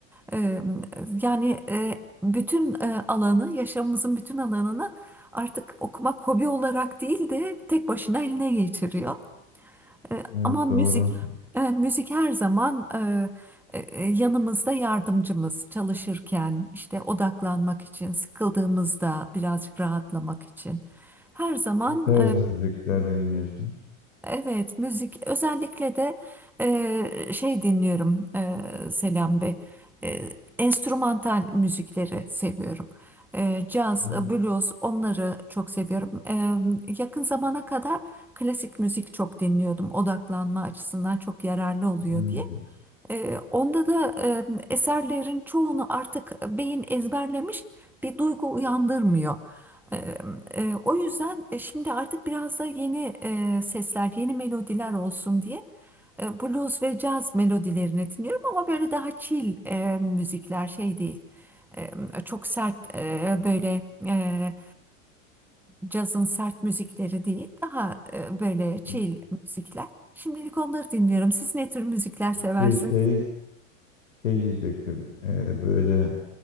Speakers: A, in the centre; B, on the left.
A: Eee, yani eee, bütün eee, alanı, yaşamımızın bütün alanını artık okumak hobi olarak değil de tek başına eline geçiriyor. Eee,
B: Evet
A: ama müzik,
B: doğru.
A: eee, müzik her zaman eee, eee, yanımızda yardımcımız çalışırken, işte odaklanmak için, sıkıldığımızda birazcık rahatlamak için. Her zaman
B: Ne tarz müzikler dinliyorsunuz?
A: Evet, müzik özellikle de e, şey dinliyorum e, Selam Bey. E, enstrümantal müzikleri seviyorum. E, caz,
B: Ha,
A: e, blues onları çok seviyorum. E, yakın zamana kadar klasik müzik çok dinliyordum. Odaklanma açısından çok yararlı oluyor
B: hmm,
A: diye. Ee, onda da e, eserlerin çoğunu artık beyin ezberlemiş bir duygu uyandırmıyor. Ee, e, o yüzden e, şimdi artık biraz da yeni e, sesler, yeni melodiler olsun diye e, blues ve caz melodilerini dinliyorum ama böyle daha chill e, müzikler şey değil. E, çok sert e, böyle e, e, cazın sert müzikleri değil, daha e, böyle chill
B: hmm.
A: müzikler. Şimdilik onları dinliyorum. Siz ne tür müzikler
B: Peki
A: seversiniz?
B: şey Şey diyecektim e, böyle